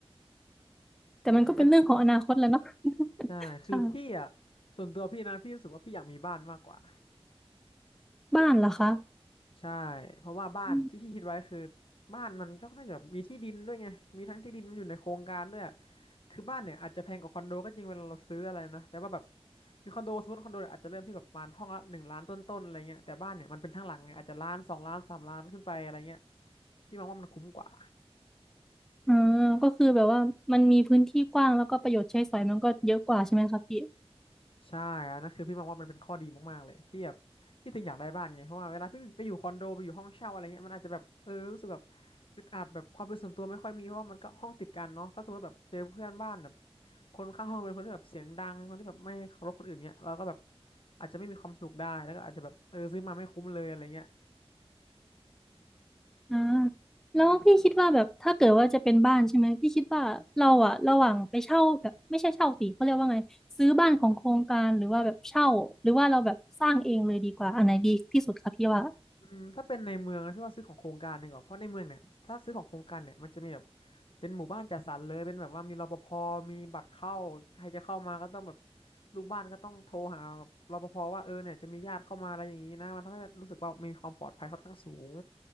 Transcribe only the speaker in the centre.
แต่มันก็เป็นเรื่องของอนาคตแหล้วเนาะ
<laughs>
ค่ะ
บ้านเหรอคะ
อืม
อ่าก็คือแบบว่ามันมีพื้นที่กว้างแล้วก็ประโยชน์ใช้สอยมันก็เยอะกว่าใช่ไหมคะพี่
อ่าแล้วพี่คิดว่าแบบถ้าเกิดว่าจะเป็นบ้านใช่ไหมพี่คิดว่าเราอะระหว่างไปเช่าแบบไม่ใช่เช่าสิเขาเรียกว่าไงซื้อบ้านของโครงการหรือว่าแบบเช่าหรือว่าเราแบบสร้างเองเลยดีกว่าอันไหนดีที่สุดคะพี่ว่า